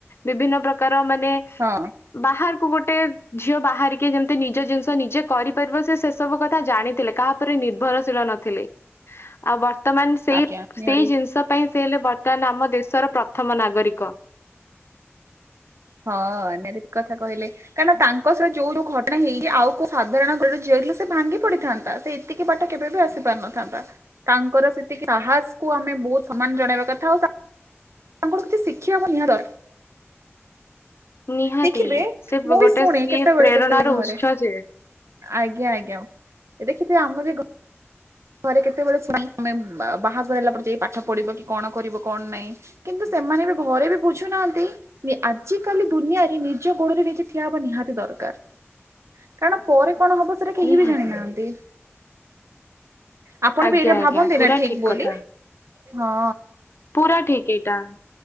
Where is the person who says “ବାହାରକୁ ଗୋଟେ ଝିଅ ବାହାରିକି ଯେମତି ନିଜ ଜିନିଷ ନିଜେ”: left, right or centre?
Left